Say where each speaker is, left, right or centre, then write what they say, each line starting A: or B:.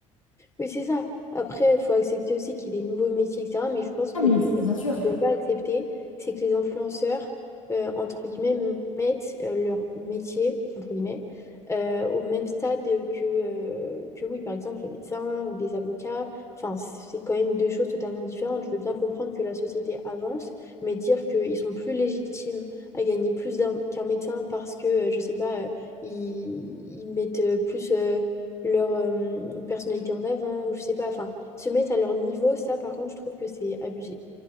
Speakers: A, on the left; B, on the left.
A: Oui, c'est ça. Après, il faut accepter aussi qu'il y ait des nouveaux métiers, etc. Mais je pense
B: Ah,
A: que
B: mais
A: le, la
B: bien
A: chose
B: sûr.
A: qu'on ne peut pas accepter, c'est que les influenceurs, euh, entre guillemets, mettent euh, leur métier, entre guillemets, euh, au même stade que, euh, que, oui, par exemple, les médecins ou les avocats. Enfin, c'est quand même deux choses totalement différentes. Je veux bien comprendre que la société avance, mais dire qu'ils sont plus légitimes à gagner plus d'un- qu'un médecin parce que, euh, je ne sais pas, euh, ils, ils mettent euh, plus... euh, leur euh, personnalité en avant, ou je sais pas, enfin, se mettre à leur niveau, ça par contre, je trouve que c'est abusé.